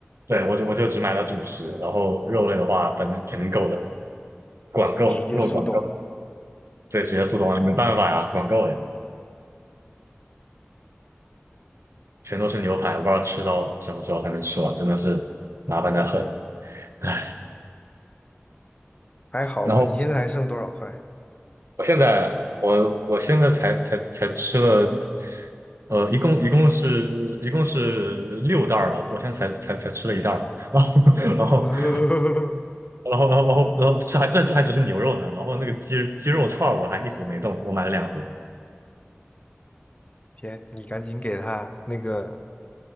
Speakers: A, on the right; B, on the left.
A: 对我就我就只买了主食，然后肉类的话，反正肯定够的，管够肉管够，
B: 直接速冻，
A: 对，直接速冻啊，没办法呀，管够哎，全都是牛排，我不知道吃到什么时候才能吃完，真的是麻烦的很，唉。
B: 还好吧？
A: 然后
B: 你现在还剩多少块？
A: 我现在我我现在才才才吃了，呃，一共一共是一共是六袋儿了，我现在才才才吃了一袋儿，然后
B: <laughs>
A: <laughs> 然后然后然后然后然后这还这这还只是牛肉呢，然后那个鸡鸡肉串儿我还一盒没动，我买了两盒。
B: 天，你赶紧给他那个